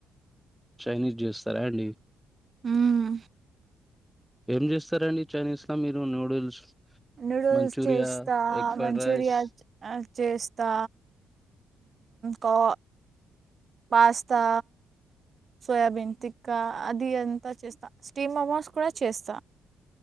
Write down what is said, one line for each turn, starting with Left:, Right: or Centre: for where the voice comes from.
Centre: చైనీస్ చేస్తారా అండి
Right: ఉమ్
Centre: ఏం చేస్తారండి చైనీస్లో మీరు నూడిల్స్
Right: నూడిల్స్
Centre: మంచూరియా
Right: చేస్తా
Centre: ఎగ్ ఫ్రైడ్
Right: మంచూరియా
Centre: రైస్
Right: అది చేస్తా కో పాస్తా సోయాబీన్ తిక్కా అది అంతా చేస్తా స్టీమ్ అమోస్ కూడా చేస్తాను